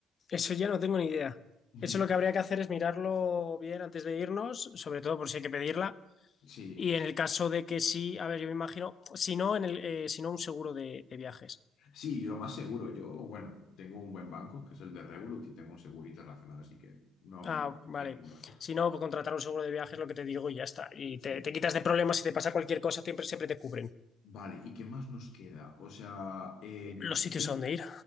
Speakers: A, on the left (about 50°); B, on the left (about 70°).
A: Eso ya no tengo ni idea.
B: <laughs>
A: Eso
B: Ni-
A: lo que habría que hacer es mirarlo bien antes de irnos, sobre todo por si hay que pedirla.
B: Sí,
A: Y en el caso de que sí, a ver, yo me imagino, si no, en el, eh, si no un seguro de, de viajes.
B: Sí, yo más seguro. Yo, bueno, tengo un buen banco, que es el de Revolut, y tengo un seguro internacional, así que no
A: Ah,
B: me...
A: vale.
B: me culo.
A: Si no, pues contratar un seguro de viajes, lo que te digo, y ya está. Y
B: Sí.
A: te, te quitas de problemas, si te pasa cualquier cosa, siempre, siempre te cubren
B: Vale, ¿y qué más nos queda? O sea, eh, yo
A: los
B: creo
A: sitios
B: que-
A: a donde ir.